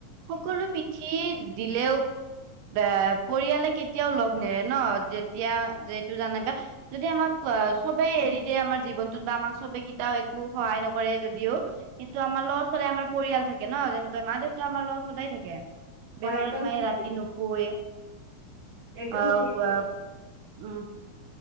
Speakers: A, on the right; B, on the right.
A: সকলো পিঠি দিলেও। এ পৰিয়ালে কেতিয়াও লগ নেৰে ন? যেতিয়া যটো জানাবা যদি আমাক অ, চবেই এৰি দিয়ে আমাৰ জীৱনটোত বা আমাক চবে কিতাপ অঁ একো সহায় নকৰে যদিও কিন্তু আমাৰ লগত সদায় আমাৰ পৰিয়াল থাকে ন যেনেকৈ মা দেউতা আমাৰ লগত সদায় থাকে
B: হয়
A: বেমাৰত
B: একদম
A: মানে
B: ঠিক
A: ৰাতি নুশুয়ে
B: একদম
A: অ
B: ঠিক
A: ৱা উম